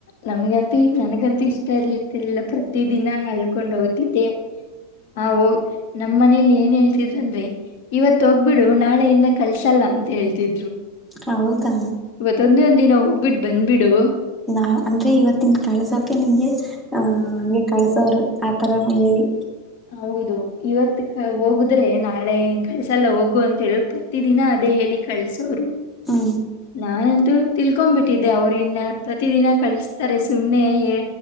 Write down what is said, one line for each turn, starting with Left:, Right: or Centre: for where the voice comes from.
Left: ನಮ್ಗಂತೂ ನನಗಂತೂ ಇಷ್ಟ ಇರ್ಲಿರ್ತಿಲ್ಲ ಪ್ರತಿ ದಿನ ಹಲ್ಕೊಂಡ್ ಹೋಗ್ತಿದ್ದೆ. ಹ ಹ ನಮ್ ಮನೇಲಿ ಏನ್ ಹೇಳ್ತಿದ್ರ ಅಂದ್ರೆ ಇವತ್ ಹೋಗ್ಬಿಡು. ನಾಳೆಯಿಂದ ಕಳ್ಸಲ್ಲ ಅಂತ ಹೇಳ್ತಿದ್ರು.
Centre: ಹೌದಾ
Left: ಇವತ್ತೊಂದೇ ಒಂದ ದಿನ ಹೋಗ್ಬಿಟ್ಟು ಬಂದ್ಬಿಡು.
Centre: ನಾ ಅಂದ್ರೆ ಇವತ್ತಿನ ಕಳ್ಸೋಕೆ ನಿಂಗೆ ಆಹ ಹಂಗೆ ಕಳ್ಸೋರು ಆತರ ಹೇಳಿ
Left: ಹೌದು ಇವತ್ ಹೋಗುದ್ರೆ ನಾಳೆ ಕಳ್ಸಲ್ಲ ಹೋಗು ಅಂತ ಹೇಳ್ತ ಪ್ರತಿದಿನ ಅದೇ ಹೇಳಿ ಕಳ್ಸೋರು
Centre: ಹಾ
Left: ನಾನಂತೂ ತಿಳ್ಕೊಬಿಟ್ಟಿದ್ದೆ ಅವ್ರು ಇನ್ನ ಪ್ರತಿ ದಿನ ಕಳಿಸತಾರೆ ಸುಮ್ನೆ ಎ